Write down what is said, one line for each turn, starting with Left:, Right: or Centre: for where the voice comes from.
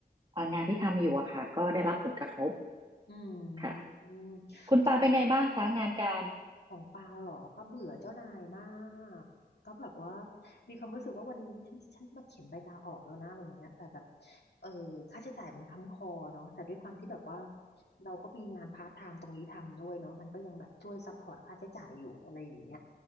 Right: เอ่องานที่ทำอยู่อะค่ะก็ได้รับผลกระทบ
Left: อืม
Right: ค่ะ
Left: อืม
Right: คุณปลาเป็นไงบ้างคะงานการ
Left: คง ของปาเหรอปาเบื่อเจ้านายมากก็แบบว่ามีความรู้สึกว่าวันนี้นี่ฉันฉันมาเขียนใบลาออกแล้วนะอะไรเงี้ยแต่แบบเออค่าใช้จ่ายมันค้ำคอเนาะแต่ด้วยความที่แบบว่าเราก็มีงานพาร์ทไทม์ตรงนี้ทำด้วยเนาะมันก็ยังแบบช่วยซัพพอร์ตค่าใช้จ่ายอยู่อะไรอย่างเงี้ย